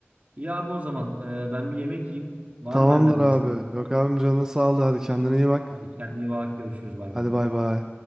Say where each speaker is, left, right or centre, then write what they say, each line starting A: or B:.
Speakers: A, on the right; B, on the right.
A: İyi abi o zaman e, ben bir yemek yiyeyim. Var
B: Tamamdır
A: mı benden
B: abi.
A: bir isteğin?
B: Yok abim canın sağlığı. Hadi kendine iyi bak.
A: Hadi kendine iyi bak görüşürüz bay
B: Hadi
A: bay.
B: bay bay.